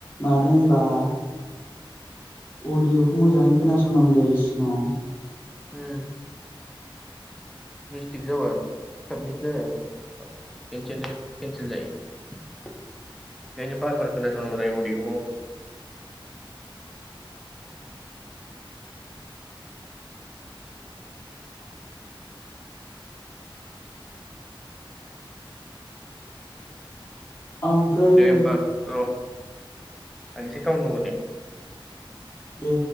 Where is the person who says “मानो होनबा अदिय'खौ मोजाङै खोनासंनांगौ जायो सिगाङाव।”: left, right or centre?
Left